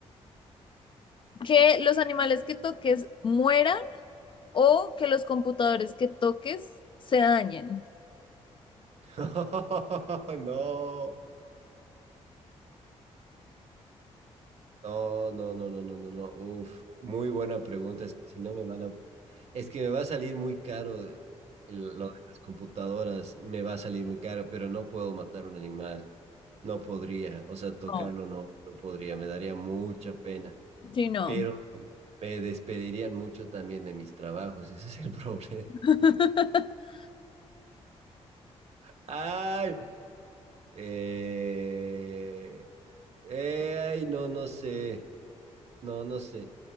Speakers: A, on the left (about 45°); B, on the right (about 60°).
A: que los animales que toques mueran o que los computadores que toques se dañen.
B: <laughs> no, no, no, no, no, no, no, no. Uf, muy buena pregunta. Es que si no me van a Es que me va a salir muy caro el- lo de las computadoras, me va a salir muy caro, pero no puedo matar un animal, no podría, o sea, tocarlo
A: No,
B: no, no podría, me daría mucha pena,
A: sí, no.
B: pero me despedirían mucho también de mis trabajos, <laughs> ese es el <laughs> problema.
A: <laughs>
B: ¡Ay! Eh, eh, ay, no, no sé. No, no sé.